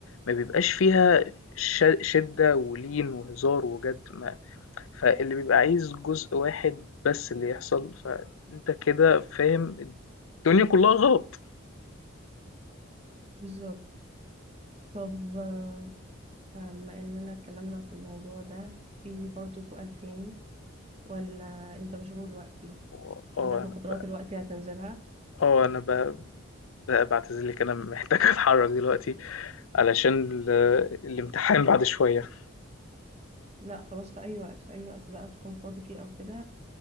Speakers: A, on the left; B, on the right.
A: ما بيبقاش فيها ش شِدّة ولين وهزار وجَد ما فاللي بيبقى عايز جزء واحد بس اللي يحصل، فأنت كده فاهم الد الدنيا كلّها غلط.
B: بالظبط طب آه، بما اننا اتكلمنا في الموضوع ده في برضه سؤال تاني ولا انت مشغول دلوقتي
A: و آه،
B: عندك
A: أنا
B: محاضرات
A: ب
B: دلوقتي هتنزلها
A: آه، أنا ب ب باعتذر لِك أنا محتاج أتحرّك دلوقتي علشان ال الإمتحان بعد شوية.
B: لا خلاص في اي وقت في اي وقت بقى تكون فاضي فيه او كده